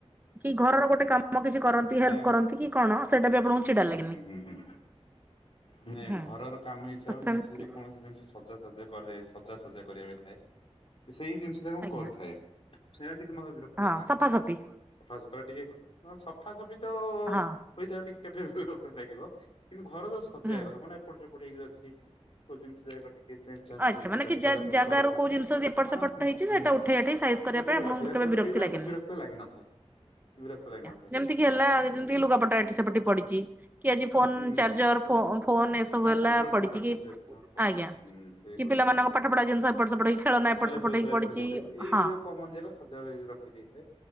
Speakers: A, on the right; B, on the left.
A: କି ଘରର ଗୋଟେ କାମ୍ ମ କିଛି କରନ୍ତି ହେଲ୍ପ
B: ନାଇଁ
A: କରନ୍ତି କି କଣ ସେଇଟା ବି ଆପଣଙ୍କୁ ଚିଡା ଲାଗେନି
B: ହୁଁ ହୁଁ ହୁଁ, ନାଇଁ
A: ହୁଁ
B: ଘରର କାମ ହିସାବରେ
A: ତ ସେମିତି
B: ମତେ ଯଦି କୌଣସି ଜିନିଷ ସଜାସଜା କରାଯାଏ ସଜା ସଜା କରିବା ବି ଥାଏ ସେଇ ଜିନିଷ ଯାକ ମୁଁ
A: ଆଜ୍ଞା
B: କରିଥାଏ, ସେଇଟା କିଛି ମତେ ବିରକ୍ତ
A: ହଁ
B: ଲାଗିନା
A: ସଫାସଫି।
B: ସଫାସୁତୁରା ଟିକେ କଣ, ହଁ ସଫାସଫି ତ ହୋଇଥାଉ
A: ହଁ
B: ଟିକେ କେବେ <unintelligible> ଲାଗିବ କିନ୍ତୁ ଘର ଯୋଉ ସଜେଇବା
A: ହୁଁ
B: କଥା ମାନେ ଏପଟ ସେପଟ ହେଇକି ଅଛି କୋଉ ଜିନିଷ ଯାକ ଟିକେ ଚେଞ୍ଜ୍ ଚାଞ୍ଜ୍
A: ଆଚ୍ଛା
B: କରିକି
A: ମାନେ
B: ରଖିବାଟା
A: କି
B: <unintelligible>
A: ଜାଗାରୁ
B: ତଳେ ପଡ଼ିଥିବ,
A: କୋଉ ଜିନିଷ ଏପଟ ସେପଟ
B: ହଁ ହୁଁ
A: ହେଇଛି ସେଇଟା
B: ହୁଁ।
A: ଉଠେଇ ଆଠେଇ ସାଇଜ କରିବା
B: ହେ
A: ପାଇଁ
B: ଟିକେ
A: ଆପଣଙ୍କୁ
B: ରଖିଥା
A: କେବେ
B: ସେ
A: ବିରକ୍ତି
B: ସେଇ ଜାଗାକୁ
A: ଲାଗେନି।
B: ବିରକ୍ତ ଲାଗିିନଥାଏ ବିରକ୍ତ ଲାଗିିନଥାଏ।
A: ଯେମିତିକିି ହେଲା କି ଯେମିତିକି ଲୁଗାପଟା ଏଠି ସେପଟି ପଡିଚି। କି ଆଜି ଫୋନ୍
B: ହୁଁ
A: ଚାର୍ଜର ଫୋ ଫୋନ୍ ଏସବୁ
B: ତାର
A: ହେଲା
B: କପଡା କପଡା
A: ପଡିଚିକି
B: ପକେଇବାକୁ ପଡିଥାଏ
A: ଆଜ୍ଞା।
B: ହୁଁ ସେଇଗୁଡ଼ିକ,
A: କି ପିଲାମାନଙ୍କ ପାଠ ପଢା ଜିନିଷ ଏପଟ ସେପଟ ହେଇକି ଖେଳନା ଏପଟ
B: ବହିପତ୍ର
A: ସେପଟ ହେଇକି
B: ଏପଟ
A: ପଡିଛି
B: ସେପଟ ହେଇ ଏଇଗୁଡ଼ିକ
A: ହଁ।
B: କମନ୍ ଯାକ ସଜାଗ ହେଇ ର ରଖି ଦେଇଥାଏ,